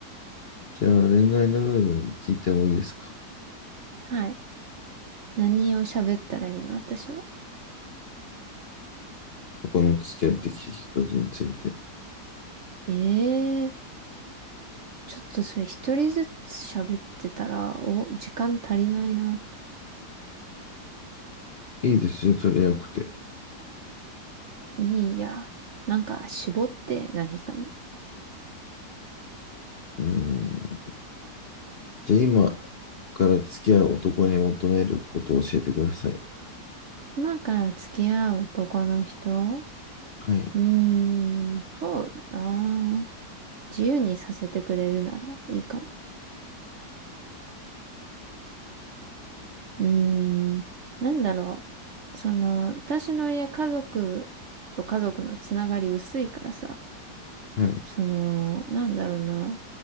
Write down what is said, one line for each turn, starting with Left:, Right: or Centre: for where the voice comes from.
Left: じゃあ、恋愛の部分聞いてもいいですか
Right: はい。何を喋ったらいいの私は。
Left: 過去の付き合ってきた人たちについて。
Right: ええー、ちょっとそれ一人ずつ喋ってたら、お、時間足りないな。
Left: いいですよ、取れなくて。
Right: いいや。なんか絞って何かに。
Left: うん。じゃあ、今から付き合う男に求めることを教えてください。
Right: 今から付き合う男の人
Left: はい。
Right: うーん、そうだな。自由にさせてくれるならいいかも。うーん、なんだろう。その、私の家家族と家族のつながり薄いからさ、
Left: はい。はい
Right: その、なんだろうな。